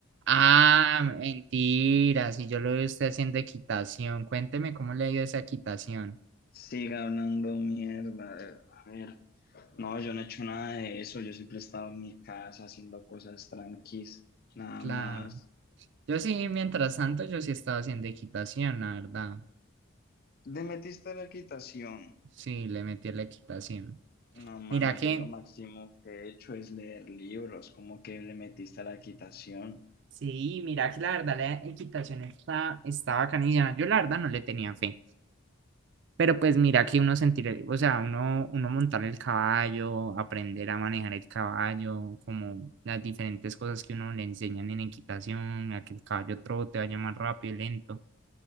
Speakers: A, on the right (about 55°); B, on the left (about 45°).
A: Ah, mentira, si yo lo veo usted haciendo equitación. Cuénteme cómo le ha ido esa equitación.
B: Siga hablando mierda. A ver, no, yo no he hecho nada de eso. Yo siempre he estado en mi casa haciendo cosas tranquis. Nada
A: Claro.
B: más.
A: Yo sí, mientras tanto, yo sí estaba haciendo equitación, la verdad.
B: ¿Le metiste a la equitación?
A: Sí, le metí a la equitación.
B: No, mano,
A: Mira que
B: yo lo máximo que he hecho es leer libros. ¿Cómo que le metiste a la equitación?
A: Sí, mira que la verdad la equitación está, está bacanísima. Yo la verdad no le tenía fe. Pero pues mira que uno sentir, o sea, uno, uno montar el caballo, aprender a manejar el caballo, como las diferentes cosas que uno le enseñan en equitación, a que el caballo trote, vaya más rápido, lento.